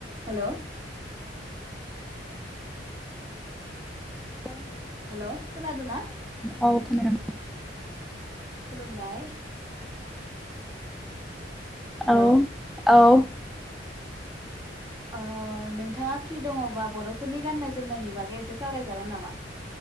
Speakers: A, on the right; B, in the centre.
A: Hello
B: औ
A: hello खोनादोंना
B: औ खोनादों
A: खुलुमबाय हेलौ
B: औ औ
A: ओ नोंथाङा फ्रि दङबा बर'फोरनि गाननाय जोमनायनि बागै एसे सावरायजागोन नामा?